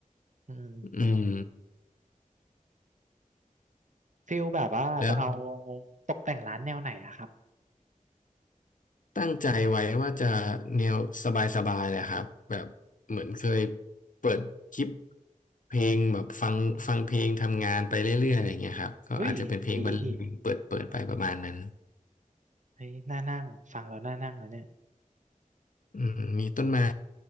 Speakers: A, on the right (about 60°); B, on the left (about 70°).
A: อืม
B: อืม
A: ฟิลแบบว่าจะเอา
B: แล้ว
A: ตกแต่งร้านแนวไหนอะครับ
B: ตั้งใจไว้ว่าจะแนวสบายๆแหละครับแบบเหมือนเคยเปิดคลิปเพลงแบบฟังฟังเพลงทำงานไปเรื่อยๆอะไรอย่างเงี้ยครับก็อาจจะเป็นเพลงบรรเลงเปิดเปิดไปประมาณนั้น
A: อุ้ยดีดีเฮ้ยน่านั่งฟังแล้วน่านั่งนะเนี่ย
B: อืมมีต้นไม้